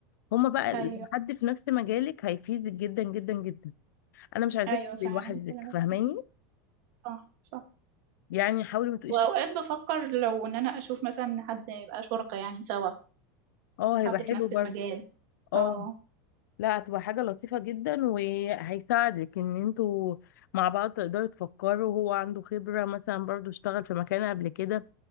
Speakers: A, on the left (about 80°); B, on the right (about 45°).
A: هما بقى
B: ايوه
A: لو حد في نفس مجالك هيفيدك جدا جدا جدا انا مش عايزاك
B: ايوه
A: تبقي
B: فعلا
A: لوحدك
B: كلامك
A: فاهماني
B: صح صح صح
A: يعني حاولي ما تبقيش
B: واوقات بفكر لو ان انا اشوف مثلا حد يبقى شركة يعني سوا
A: اه هيبقى
B: حد
A: حلو
B: في نفس
A: برضه
B: المجال
A: اه
B: اه
A: لا هتبقى حاجة لطيفة جدا وهيساعدك ان انتوا مع بعض تقدروا تفكروا هو عنده خبرة مثلا برضو اشتغل في مكان قبل كده